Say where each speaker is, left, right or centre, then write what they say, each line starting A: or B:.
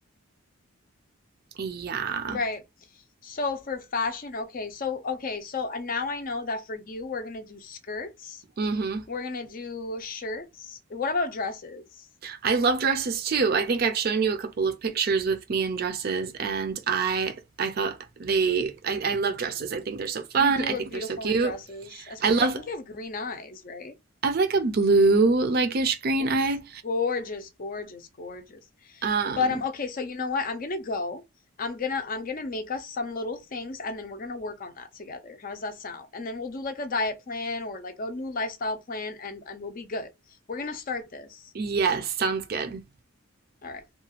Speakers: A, on the right; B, on the left.
A: yeah.
B: Right. So for fashion, okay. So okay, so uh, now I know that for you, we're gonna do skirts.
A: Mm-hmm.
B: We're gonna do shirts. What about dresses?
A: I love dresses too. I think I've shown you a couple of pictures with me in dresses, and I I thought they I, I love dresses. I think they're so fun.
B: You do
A: I
B: look
A: think
B: beautiful
A: they're so cute.
B: in dresses, especially
A: I love
B: I think you have green eyes, right?
A: I have like a blue like-ish green
B: Oh,
A: eye.
B: Gorgeous, gorgeous, gorgeous.
A: Um,
B: But um, okay, so you know what? I'm gonna go. I'm gonna I'm gonna make us some little things and then we're gonna work on that together. How does that sound? And then we'll do like a diet plan or like a new lifestyle plan and and we'll be good. We're gonna start this.
A: yes, sounds good.
B: All right.